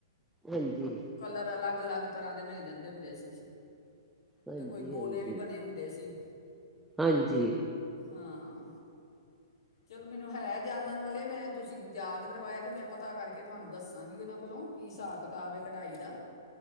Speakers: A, in the centre; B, on the left.
A: ਹਾਂਜੀ
B: ਕਲਰ ਅਲੱਗ-ਅਲੱਗ ਤਰ੍ਹਾਂ ਦੇ ਮਿਲ ਜਾਂਦੇ ਹੁੰਦੇ ਸੀ।
A: ਹਾਂਜੀ
B: ਤੇ ਕੋਈ ਗੋਲੇ
A: ਹਾਂਜੀ
B: ਵੀ ਬਣੇ ਹੁੰਦੇ ਸੀ।
A: ਹਾਂਜੀ
B: ਹਾਂ ਚਲੋ ਮੈਨੂੰ ਹੈ ਜਾਨਣ ਵਾਲੇ ਮੈਂ ਤੁਸੀਂ ਯਾਦ ਕਰਵਾਇਆ ਤੇ ਮੈਂ ਪਤਾ ਕਰਕੇ ਤੁਹਾਨੂੰ ਦੱਸਾਂਗੀ ਉਹਨਾਂ ਕੋਲੋਂ ਕੀ ਹਿਸਾਬ-ਕਿਤਾਬ ਹੈ ਕਢਾਈ ਦਾ।